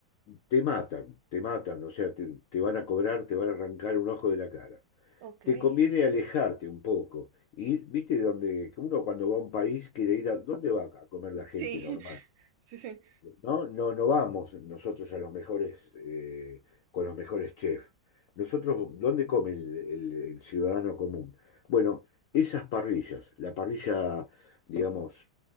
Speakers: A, on the left; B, on the right.
A: te matan, te matan, o sea, te, te van a cobrar, te van a arrancar un ojo de la cara.
B: ok.
A: Te
B: Sí,
A: conviene alejarte un poco. Y viste donde que uno cuando va a un país quiere ir a, ¿dónde va acá a comer la gente
B: <laughs> sí,
A: normal?
B: sí.
A: No, no, no vamos nosotros a los mejores, eh, con los mejores chefs. Nosotros, ¿dónde come el, el- el ciudadano común? Bueno, esas parrillas, la parrilla, digamos,